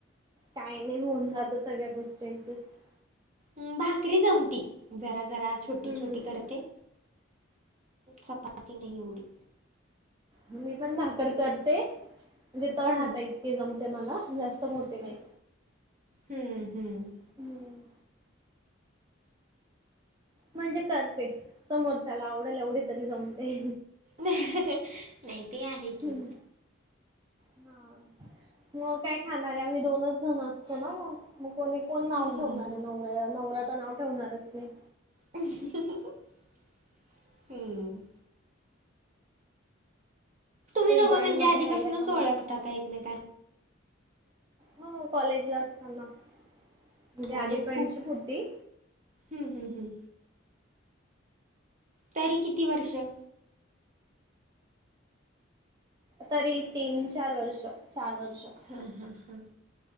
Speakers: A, on the right; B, on the right.
A: काही नाही होऊन जातं सगळ्या गोष्टींची ऍडजेस्ट
B: हम्म भाकरी जमती जरा जरा छोटी
A: हम्म
B: छोटी
A: हम्म
B: करते. चपाती नाही एवढी.
A: मी पण भाकर करते म्हणजे तळ
B: हम्म
A: हाता इतके जमते मला जास्त मोठे नाही.
B: हम्म हम्म.
A: हम्म म्हणजे करते समोरच्याला आवड्याला एवढी तरी जमते
B: नाही ते आहे
A: हम्म
B: की
A: हा मग काय खाणारे आम्ही दोनच. जण असतो ना मगं मग कोणी कोण
B: हम्म
A: नाव ठेवणार आहे नवऱ्याला नवरा तर नावं ठेवणारच नाही.
B: हम्म. तुम्ही
A: ते
B: दोघं
A: जॉईंट
B: म्हणजे
A: मध्ये
B: आधीपासूनच
A: राहिलं का मग
B: ओळखता
A: ते मस्त.
B: का एकमेकांना
A: हो कॉलेजलाच. त्यांना म्हणजे
B: अच्छा म्हणजे
A: आधी फ्रेंडशिप
B: खूप
A: होती
B: हम्म हम्म हम्म. तरी किती वर्षं?
A: तरी तीन, चार वर्ष चार वर्ष.
B: हम्म हम्म हम्म